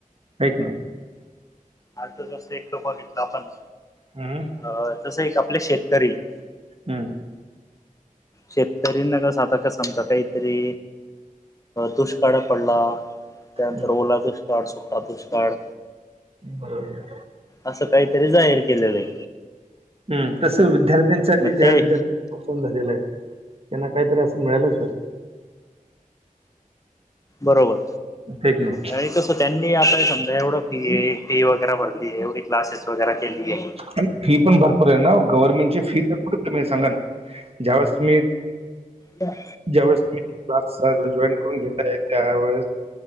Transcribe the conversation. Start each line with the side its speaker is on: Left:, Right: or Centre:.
Right: काहीच नाही
Left: आज जसं एकत बघितलं आपण
Right: हम
Left: अ तसं एक आपले शेतकरी आहे
Right: हम्म
Left: शेतकरीना कस आता का समजा काहीतरी दुष्काळ पडला त्यानंतर
Right: हम्म.
Left: ओला दुष्काळ सुखा दुष्काळ
Right: बरोबर
Left: असं काहीतरी जाहीर केलेलं आहे
Right: हम तस विद्यार्थ्यांसाठी
Left: मग
Right: ज्या
Left: ते
Right: विद्यार्थ्यांच झालेलं आहे त्यांना काहीतरी असं मिळालंच पाहिजे
Left: बरोबर
Right: नाही
Left: आणि तसं त्यांनी आता समजा एवढं फी फी वगैरे भरली आहे एवढी क्लासेस वगैरे केली आहे
Right: आणि फी पण भरपूर आहे ना गव्हर्नमेंट ची फी तर कुठे तुम्ही सांगा ना ज्यावेळेस तुम्ही
Left: ह
Right: ज्यावेेळेस तुम्ही क्लास जॉईन करून घेताय त्यावेेळेस